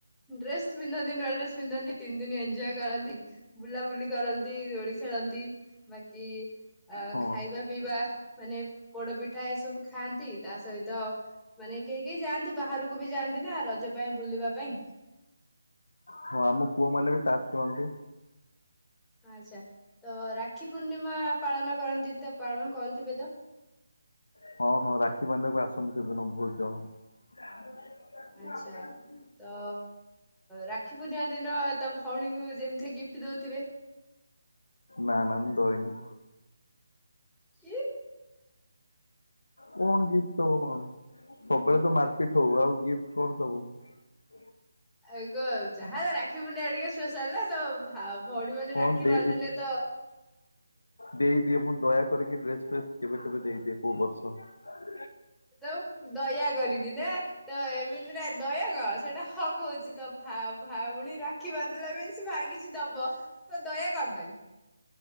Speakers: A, in the centre; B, on the left.
A: ଡ୍ରେସ୍ ପିନ୍ଧନ୍ତି ନୂଆ ଡ୍ରେସ୍ ପିନ୍ଧନ୍ତି ତିନି ଦିନ ଏଞ୍ଜୟ କରନ୍ତି। ବୁଲାବୁଲି କରନ୍। ନ୍ତି ଦୋଳି ଖେଳନ୍ତି ବାକି ଅ
B: ହଁ
A: ଖାଇବାପିଇବା ମାନେ ପୋଡପିଠା ଏ ସବୁ ଖାଆନ୍ତି ତା ସହିତ ମାନେ କେହି କେହି ଯାଆନ୍ତି ବାହାରକୁ ବି ଯାଆନ୍ତି ନା ରଜ ପାଇଁ ବୁଲିବା ପାଇଁ।
B: ହଁ ଆମ ପୁଅ ମାନେ ବି ଚାଷ ହଅନ୍ତି।
A: ଆଚ୍ଛା ତ ରାକ୍ଷୀ ପୂର୍ଣ୍ଣିମା ପାଳନ କରନ୍ତି ତ ପାଳନ କରୁଥିବେ ତ
B: ହଁ ହଁ ରାକ୍ଷୀ ବାନ୍ଧିଆକୁ ଆସନ୍ତି ସେଦିନ ବହୁତ ଜଣ ।
A: ଆଚ୍ଛା
B: <inaudible>
A: ତ ରାକ୍ଷୀ ପୂର୍ଣ୍ଣିମା ଦିନ ତ ଭଉଣୀଙ୍କୁ ଯେମିତି ଗିଫ୍ଟ ଦଉଥିବେ?
B: ନା ନା ମୁଁ ଦଇନି।
A: କିଏ?
B: କଣ ଗିଫ୍ଟ ଦବ କଣ ସବୁବେଳେ ତ ମାରପିଟ ହଉ ଆଉ ଗିଫ୍ଟ କଣ ଦବୁ ।
A: ଆଉ କ ଯାହା ହେଲେ ରାକ୍ଷୀ ପୂର୍ଣ୍ଣିମା ଟିକେ ସ୍ପେଶାଲ ନା ତ ଭଉଣୀ ମାନେ
B: କଣ
A: ରାକ୍ଷୀ
B: ଦେଇ
A: ବାନ୍ଧିଲେ ତ
B: ଦେଇଦିଏ ମୁଁ ଦୟା କରିକି ଡ୍ରେସ ଫେସ୍ କେବେ କେବେ ଦେଇ ଦିଏ କୋଉ ବର୍ଷ ।
A: ତ ଦୟା କରିକି ନା ତ ଏମିତିରେ ଆ ଦୟା କଣ ସେଇଟା ହକ ହଉଛି ତ ଭା ଭାଉଣୀ ରା କ୍ଷୀ ବାନ୍ଧିଲା ବୋଲି ସେ ଭାଇ କିଛି ଦବତ ଦୟା କଣ ପାଇଁ?